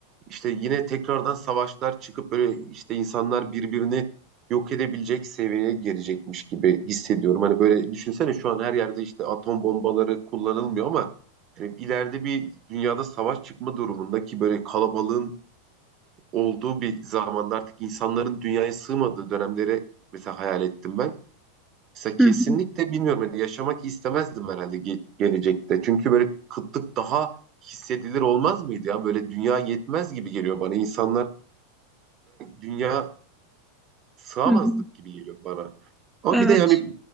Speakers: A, on the right; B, in the centre.
A: işte yine tekrardan savaşlar çıkıp böyle işte insanlar birbirini yok edebilecek seviyeye gelecekmiş gibi hissediyorum. Hani böyle düşünsene şu an her yerde işte atom bombaları kullanılmıyor ama hani ileride bir dünyada savaş çıkma durumunda ki böyle kalabalığın olduğu bir zamanda artık insanların dünyaya sığmadığı dönemleri mesela hayal ettim ben. Mesela kesinlikle
B: Hı hı,
A: bilmiyorum hani yaşamak istemezdim herhalde ge- gelecekte. Çünkü böyle kıtlık daha hissedilir olmaz mıydı ya? Böyle dünya yetmez gibi geliyor bana. İnsanlara dünya sığamazdık
B: hı hı.
A: gibi geliyor bana. Ama
B: Evet.
A: bir de yani